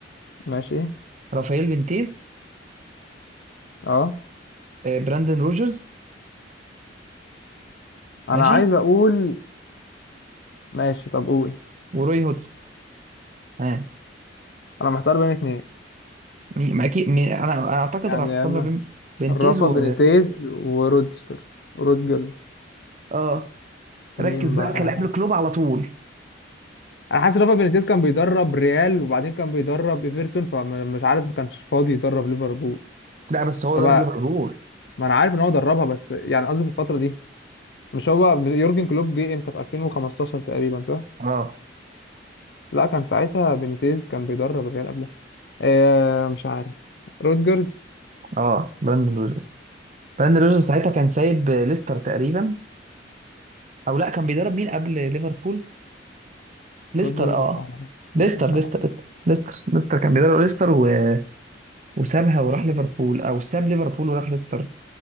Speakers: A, on the left; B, on the right.
A: ماشي
B: رافائيل فينتيز
A: اه
B: آه براندن روجرز
A: انا
B: ماشي
A: عايز اقول ماشي طب قول
B: وروي هودسون ها
A: انا محتار بين اتنين
B: مين ما اكيد مين انا اعتقد
A: يعني
B: راح
A: يا
B: اختار
A: اما
B: ما بين فينتيز
A: رافا
B: و
A: بينيتيز ورودجرز رودجرز
B: اه
A: مين
B: ركز
A: بقى
B: بقى كان قبل كلوب على طول
A: انا حاسس رافا بينيتيز كان بيدرب ريال وبعدين كان بيدرب ايفرتون فمش عارف ما كانش فاضي يدرب ليفربول
B: لا بس هو
A: طب
B: درب ليفربول
A: ما انا عارف ان هو دربها بس يعني قصدي في الفتره دي مش هو يورجن كلوب جه امتى في 2015 تقريبا صح
B: اه
A: لا كان ساعتها بينيتيز كان بيدرب الريال قبلها آه مش عارف رودجرز
B: اه براندن روجرز براندن روجرز ساعتها كان سايب ليستر تقريبا او لا كان بيدرب مين قبل ليفربول ليستر
A: رودجرز
B: اه ليستر
A: مش
B: ليستر
A: عارف
B: ليستر ليستر ليستر كان بيدرب ليستر و... وسابها وراح ليفربول او ساب ليفربول وراح ليستر